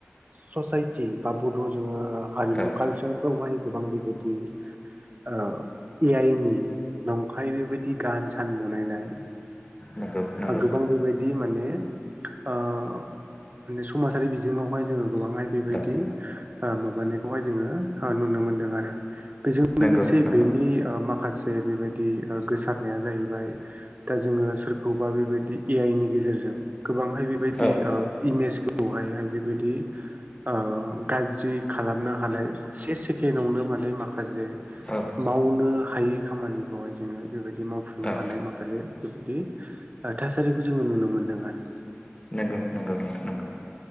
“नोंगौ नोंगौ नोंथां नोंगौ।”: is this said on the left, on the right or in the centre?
Left